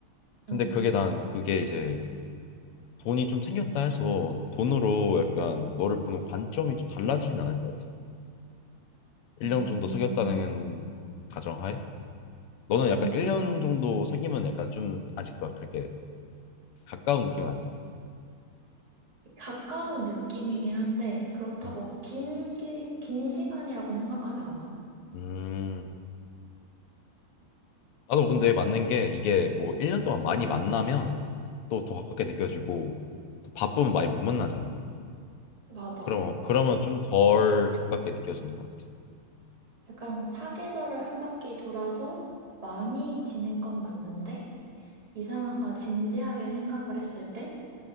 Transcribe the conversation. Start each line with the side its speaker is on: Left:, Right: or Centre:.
Left: 근데
Right: 응.
Left: 그게 난 그게 이제 돈이 좀 생겼다 해서 돈으로 약간 너를 보는 관점이 좀 달라지진 않을 것 같아. 1년
Right: 음,
Left: 정도 사귀었다는 가정하에 너는 약간
Right: 음.
Left: 1년 정도 사귀면 약간 좀 아직 막 그렇게 가까운 느낌은 아니야?
Right: 가까운 느낌이긴 한데 그렇다고
Left: 음.
Right: 긴, 기- 긴 시간이라고는 생각하지 않아.
Left: 음. 나도 근데 맞는 게 이게 뭐 1년 동안 많이 만나면 또 더 가깝게 느껴지고 또 바쁘면 많이 못 만나잖아.
Right: 맞아.
Left: 그럼 그러면 좀 덜 가깝게 느껴지는 것 같아.
Right: 약간 사계절을 한 바퀴 돌아서 많이 지낸 건 맞는데 이 사람과 진지하게 생각을 했을 때